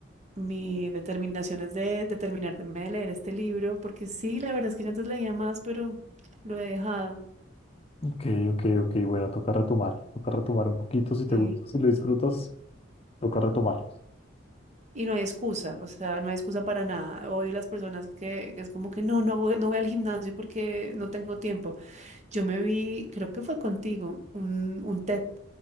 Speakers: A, on the right (about 35°); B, on the left (about 30°).
A: Mi determinación es de determinarme de leer este libro, porque sí, la verdad es que yo antes leía más, pero lo he dejado.
B: ok, ok, ok. Bueno, toca retomar. Toca retomar un poquito si te
A: Y,
B: gusta, si lo disfrutas, toca retomar.
A: y no hay excusa, o sea, no hay excusa para nada. Odio las personas que, que es como que no, no voy, no voy al gimnasio porque no tengo tiempo. Yo me vi, creo que fue contigo, un, un TED